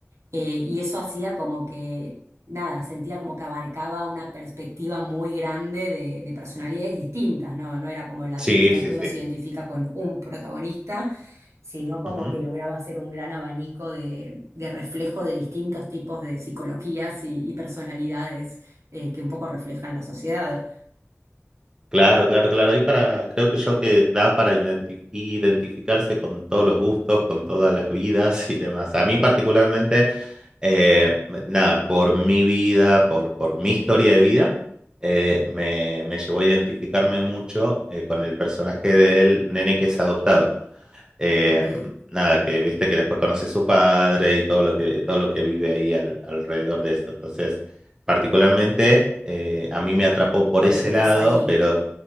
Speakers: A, on the right (about 75°); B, on the right (about 15°).
A: Eh, y eso hacía como que, nada, sentía como que abarcaba una perspectiva muy grande de, de personalidades distintas, ¿no? No era como la
B: Sí,
A: típica
B: sí,
A: que uno
B: sí.
A: se identifica con un protagonista, sino como
B: Ujú.
A: que lograba hacer un gran abanico de, de reflejo de distintos tipos de psicologías y, y personalidades eh, que un poco reflejan la sociedad.
B: Claro, claro, claro. Ahí para, creo que yo que da para identi- identificarse con todos los gustos, con todas las vidas y demás. A mí particularmente, eh, me- nada, por mi vida, por, por mi historia de vida, eh, me, me llevó a identificarme mucho, eh, con el personaje del nene que es adoptado. Eh,
A: Ok,
B: nada, que viste que después conoce a su padre y todo lo que, todo lo que vive ahí al- alrededor de eso. Entonces, particularmente, eh, a mí me atrapó por
A: conectas
B: ese lado,
A: ahí.
B: pero